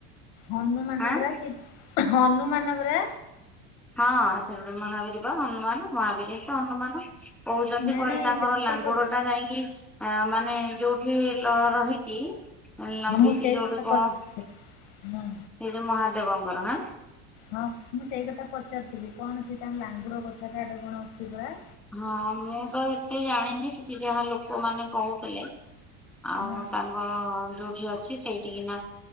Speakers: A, on the left; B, in the centre.
A: ହନୁମାନ
B: ଆଁ
A: ପରା ସେଇଠି ହନୁମାନପରା
B: ହଁ ସେଠ ମହାବୀର ବା ହନୁମାନ ମହାବୀର ତ ହନୁମାନ କହୁଛନ୍ତି,
A: ନାଇଁ
B: କୁଆଡେ
A: ନାଇଁ
B: ତାଙ୍କର
A: ସେଠି
B: ଲାଙ୍ଗୁଡ
A: ତୁ କ
B: ଟା ଯାଇକି ଆ ମାନେ ଯୋଉଠି ରହିଛି ଲମ୍ବିଛି
A: ହଁ ମୁଁ ସେଇ
B: ଯୋଉଠି
A: କଥା
B: କଣ,
A: ପଚାରୁଥିଲି ହଁ
B: ସେଇ ଯୋଉ ମହାଦେବଙ୍କର ହ
A: ହଁ ମୁଁ ସେଇ କଥା ପଚାରୁଥିଲି କଣ ସେ ତାଙ୍କ ଲାଙ୍ଗୁଡ କଥା କାଡେ କଣ ଅଛି ପୁରରା
B: ହଁ ମୁଁ ତ ଏତେ ଜାଣିନି ସେଠି ଯାହା ଲୋକମାନେ କହୁଥିଲେ ଆଉ
A: ହଁ।
B: ତାଙ୍କର ଯୋଉ ଅଛି, ସେଇଠିକିନା